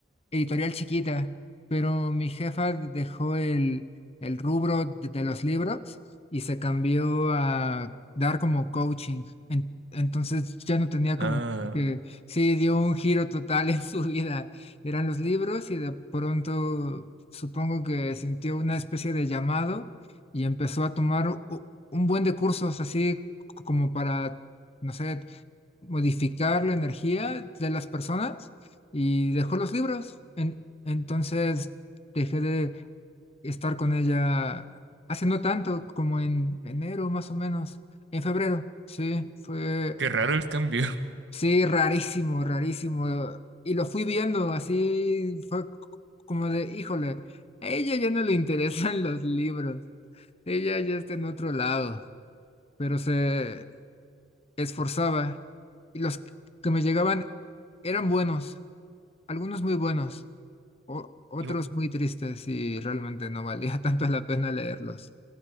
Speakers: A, on the left; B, on the right.
A: editorial chiquita, pero mi jefa dejó el, el rubro de, de los libros y se cambió a dar como coaching. En- entonces ya no tenía
B: Ah,
A: como que, sí, dio un giro total en su vida. Eran los libros y de pronto supongo que sintió una especie de llamado y empezó a tomar u- un buen de cursos así c- como para, no sé, modificar la energía de las personas y dejó los libros. En- entonces dejé de estar con ella hace no tanto, como en enero más o menos, en febrero. Sí, fue,
B: qué raro el cambio.
A: sí, rarísimo, rarísimo. Y lo fui viendo así, fue c- como de, híjole, a ella ya no le interesan <laughs> los libros, ella ya está en otro lado, pero se esforzaba y los que me llegaban eran buenos, algunos muy buenos o- otros
B: <laughs> Igu-
A: muy tristes y realmente no valía <laughs> tanto la pena leerlos.